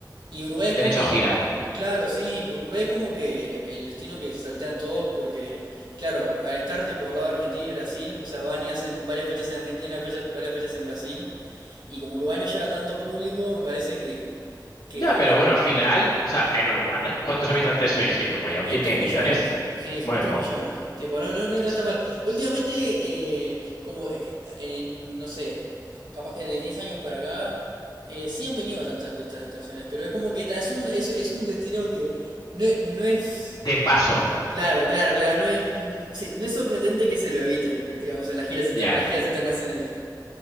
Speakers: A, on the right (about 70°); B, on the left (about 80°).
A: y Uruguay es
B: Ya
A: como,
B: han hecho gira.
A: claro, sí, porque Uruguay es como que el destino que se saltean todos porque, claro, al estar tipo al lado de Argentina y Brasil, o sea, van y hacen varias fechas en Argentina, fecha- varias fechas en Brasil. Y como Uruguay no lleva tanto público, me parece que, que
B: Ya, pero
A: es
B: bueno,
A: eso,
B: al final, o sea, en Uruguay, ¿cuántos habitantes sois? Si Uruguay aún
A: Eh,
B: tiene
A: 3
B: millones.
A: millones. Sí,
B: Bueno,
A: somos 3 millones. Tipo, no, no, no, no
B: es-
A: está mal. Últimamente, eh, como, eh, en, no sé, capaz que de 10 años para acá, eh, sí han venido bastantes artistas internacionales, pero es como que ta, es un, es, es un destino que no, es- no es...
B: de paso,
A: Claro, claro, claro, no es, n- sí, no es sorprendente que se lo eviten, digamos, en las giras, inter-
B: ya.
A: las giras internacionales.